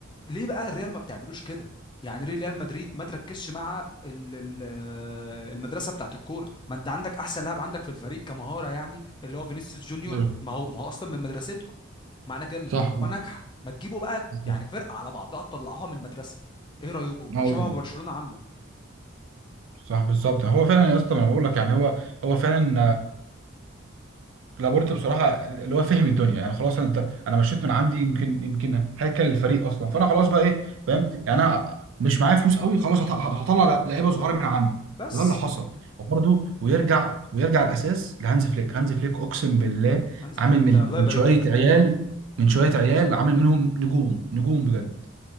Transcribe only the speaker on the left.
ليه بقى الريال ما بتعملوش كده يعني ليه ريال مدريد ما تركزش مع ال- ال- آه، المدرسه بتاعت الكوره ما انت عندك احسن لاعب عندك في الفريق كمهاره يعني اللي هو فينيسيوس جونيور
ما هو ما هو اصلا من مدرستكم معنى كده ان
التجربه ناجحه ما تجيبوا بقى
يعني فرقه على بعضها تطلعوها من المدرسه ايه رايكم
شوفوا ما برشلونه عامله
بس
هانز
فليك
ده الله
يبارك
له